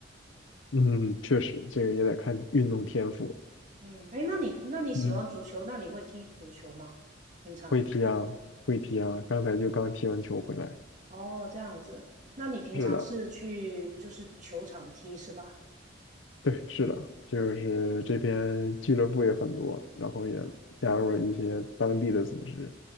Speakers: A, on the left; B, on the right.
A: 嗯，确实，这个也得看运动天赋，
B: 嗯，哎，那你那你喜欢足球，
A: 嗯。
B: 那你会踢足球吗？平常？
A: 会踢啊，会踢啊，刚才就刚踢完球回来。
B: 哦，这样子，那你平常是去就是球场踢是吧？
A: 是的，对，是的，就是这边俱乐部也很多，然后也加入了一些当地的组织，
B: 嗯，